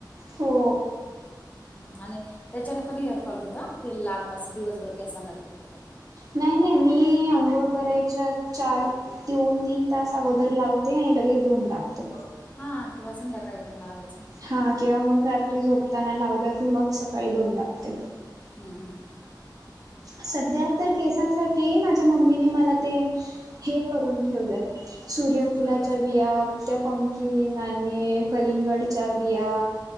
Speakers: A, on the right; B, on the left.
A: हो...
B: ह आणि त्याच्यान पण हेअरफॉल होत ह, तेला अस दिवसभर क असांना ठेवलं तर
A: नाही नाही मी आंघोळ करायच्या चार दोन, तीन, तास अगोदर लावते आणि लगेच धुऊन टाकते.
B: हा किंवा संध्याकाळी पण लावायचं.
A: हा किंवा मग रात्री झोपताना लावलं की मग सकाळी धुवून टाकते.
B: हम...
A: सध्या तर केसांसाठी माझ्या मम्मीने मला ते हे करून ठेवलंय, सूर्यफुलाच्या
B: का
A: बिया त्या पंकीन आणि कलिंगडच्या बिया,